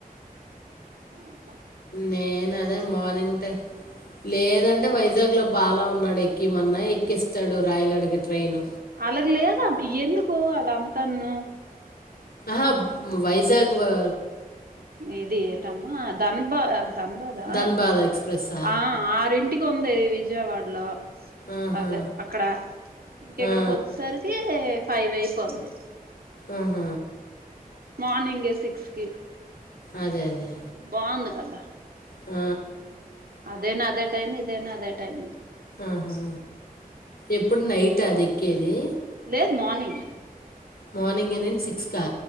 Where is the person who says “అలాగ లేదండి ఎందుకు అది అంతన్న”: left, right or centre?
Right